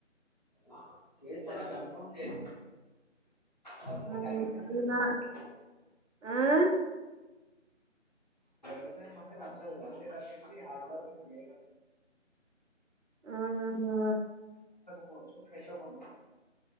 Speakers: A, on the left; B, on the right.
A: అ చేస్తాను కన్ఫామ్ లేదు అవుక
B: ఆ,
A: నాకు అగ్రికల్చర్
B: మీ
A: అంటే
B: మా
A: నాకు నకు
B: ఆ?
A: కసా ంట వన్ డ కర్ఫ హార్డవర్క్ మీ లే
B: ఆ
A: పోచ్చు ఎతే కొండ